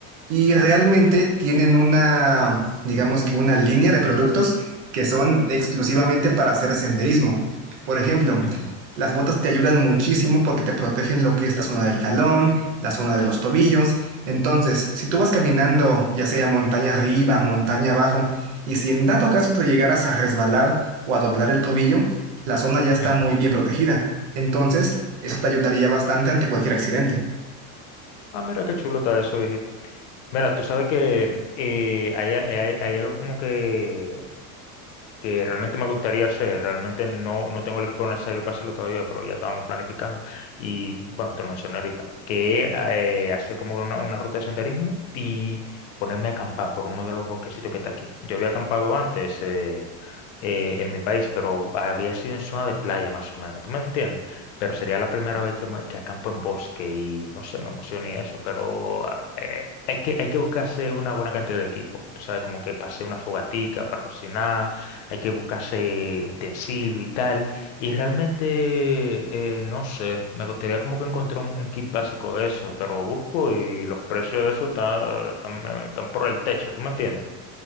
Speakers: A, on the right; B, on the left.
A: y realmente tienen una, digamos que una línea de productos que son exclusivamente para hacer senderismo. Por ejemplo,
B: ujú,
A: las botas te ayudan muchísimo porque te protegen lo que es la zona del talón, la zona de los tobillos. Entonces, si tú vas caminando, ya sea montaña arriba, montaña abajo, y si en dado caso te llegaras a resbalar o a doblar el tobillo, la zona ya está
B: ujú.
A: muy bien protegida. Entonces, eso te ayudaría bastante ante cualquier accidente.
B: Ah, mira qué chulo está eso, viejito. Mira, tú sabes que eh, hay, hay- hay algo como que, que realmente me gustaría hacer, realmente no, no tengo el equipo necesario para hacerlo todavía, pero ya estábamos planificando. Y bueno, te lo mencioné ahorita, que eh, hacer como una, una ruta de senderismo y ponerme a acampar por uno de los bosquecitos que está aquí. Yo había acampado antes eh, eh, en mi país, pero había sido en zona de playa más o menos, ¿tú me entiendes? Pero sería la primera vez que, me- que acampo en bosque y no sé, me emociona y eso, pero eh, hay que, hay que buscarse una buena cantidad de equipo, tú sabes, como que pasé una fogatica para cocinar hay que buscarse utensilio y tal. Y realmente, eh, no sé, me gustaría como que encontrar un, un kit básico de eso, pero busco y los precios de eso están, están, eh, están por el techo, ¿tú me entiendes?